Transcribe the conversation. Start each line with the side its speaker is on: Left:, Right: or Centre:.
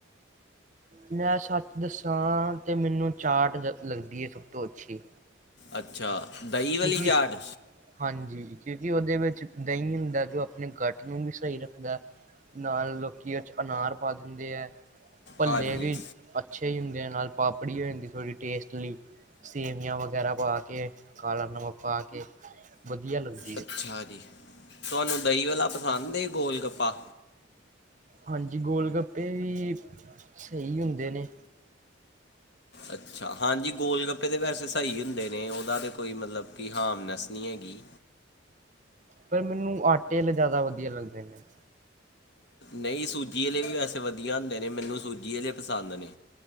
Right: ਮੈਂ ਸੱਚ ਦੱਸਾਂ ਤੇ ਮੈਨੂੰ ਚਾਟ ਜ ਲੱਗਦੀ ਹੈ। ਸਭ ਤੋਂ ਅੱਛੀ।
Left: ਅੱਛਾ। ਦਹੀਂ ਵਾਲੀ
Right: ਕਿਉਂਕਿ
Left: ਚਾਟ
Right: ਹਾਂਜੀ। ਕਿਉਂਕਿ ਉਹਦੇ ਵਿੱਚ ਦਹੀਂ ਹੁੰਦਾ ਜੋ ਆਪਣੇ ਗੱਟ ਨੂੰ ਵੀ ਸਹੀ ਰੱਖਦਾ ਨਾਲ ਲੋਕ ਉਹ ਚ ਅਨਾਰ ਪਾ ਦਿੰਦੇ ਹੈ। ਭੱਲੇ
Left: ਹਾਂਜੀ
Right: ਵੀ ਅੱਛੇ ਹੀ ਹੁੰ ਨਾਲ ਪਾਪੜੀ ਹੋ ਜਾਂਦੀ ਥੋੜ੍ਹੀ ਟੇਸਟਲੀ ਸੇਵੀਆਂ ਵਗੈਰਾ ਪਾ ਕੇ। ਕਾਲਾ ਨਵਾਂ ਪਾ ਕੇ ਵਧੀਆ ਲੱਗਦਾ।
Left: ਅੱਛਾ ਜੀ। ਤੁਹਾਨੂੰ ਦਹੀਂ ਵਾਲਾ ਪਸੰਦ ਏ ਗੋਲਗੱਪਾ।
Right: ਹਾਂਜੀ ਗੋਲ ਗੱਪੇ ਵੀ ਸਹੀ ਹੁੰਦੇ ਨੇ
Left: ਅੱਛਾ ਹਾਂਜੀ ਗੋਲ ਕੱਪੜੇ ਤਾਂ ਵੈਸੇ ਸਹੀ ਹੁੰਦੇ ਨੇ ਉਹਦਾ ਤਾਂ ਕੋਈ ਮਤਲਬ ਕਿ ਹਾਰਮਨੈਸ ਨਹੀਂ ਹੈਗੀ।
Right: ਪਰ ਮੈਨੂੰ ਆਟੇ ਜ਼ਿਆਦਾ ਵਧੀਆ ਲੱਗਦੇ ਨੇ।
Left: ਨਹੀਂ ਸੂਜੀ ਵਾਲੇ ਵੀ ਵੈਸੇ ਵਧੀਆ ਹੁੰਦੇ ਨੇ ਮੈਨੂੰ ਸੂਜੀ ਵਾਲੇ ਪਸੰਦ ਨੇ।